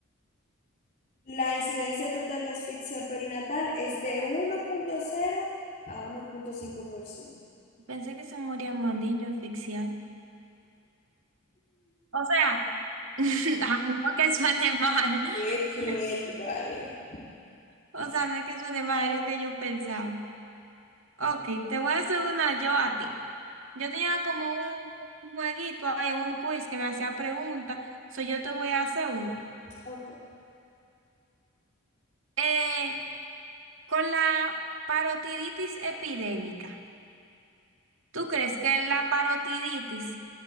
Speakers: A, on the left; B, on the right.
A: La incidencia total de asfixia perinatal es de uno punto cero a uno punto cinco por ciento.
B: Pensé que se morían más niños asfixiados. O sea, <laughs> a lo mejor que suene mal. <laughs>
A: Qué cruel, vale.
B: O sea, no es que suene mal, es lo que yo pensaba. Ok, te voy a hacer una yo a ti. Yo tenía como un, un jueguito ahí, un quiz que me hacía preguntas, so yo te voy a hacer uno.
A: Ok.
B: Eh, con la parotiditis epidémica, ¿tú crees que la parotiditis